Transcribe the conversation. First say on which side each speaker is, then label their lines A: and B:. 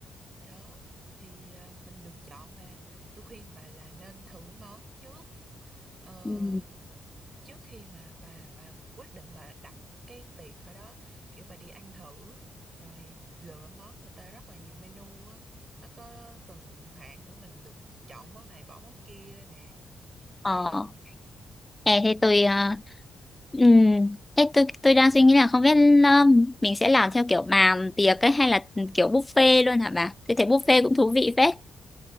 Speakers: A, on the right; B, on the left.
A: đó thì à, mình được chọn mà tôi khuyên bà là nên thử món trước Ờ,
B: Ừm.
A: trước khi mà bà bà quyết định bà đặt cái tiệc ở đó kiểu bà đi ăn thử rồi lựa món người ta rất là nhiều menu á nó có từng hạng nữa mình được chọn món này bỏ món kia nè
B: Ờ
A: vậy đó
B: Ê, thế tôi ờ, ừm, ê, tôi tôi đang suy nghĩ là không biết ờ, mình sẽ làm theo kiểu bàn tiệc ấy hay là kiểu buffet luôn hả bà? Tôi thấy buffet cũng thú vị phết.